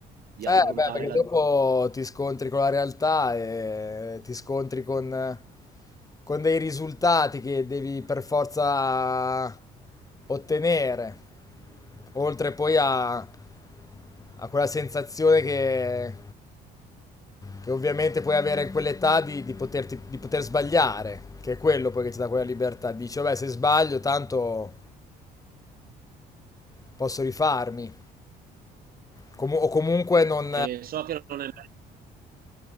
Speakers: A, on the right; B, on the left.
A: di
B: Eh,
A: affrontare
B: beh, perché
A: la...
B: dopo ti scontri con la realtà e ti scontri con, con dei risultati che devi per forza ottenere, oltre poi a, a quella sensazione che, che ovviamente puoi avere in quell'età di, di poterti- di poter sbagliare, che è quello poi che ti dà quella libertà. Dici, vabbè, se sbaglio tanto posso rifarmi, Comu- o comunque non...
A: E so che non è